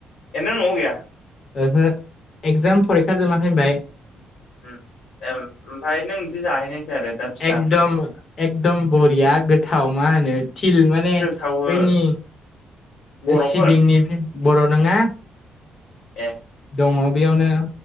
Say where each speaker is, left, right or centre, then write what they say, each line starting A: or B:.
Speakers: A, on the left; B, on the left.
A: ए नो न'आव गैया?
B: ओहो एकजाम फरिखा जोबाखै होनबाय।
A: ओम एम ओमफ्राय नों बिदि जाहैनायसै आरो दा फिथा
B: एकदम-एकदम बरिया गोथाव मा होनो थिल माने
A: सिथोर सावो
B: बैनि
A: बर'फोर
B: सिबिंनि बर' नङा
A: ए
B: दङ बेयावनो।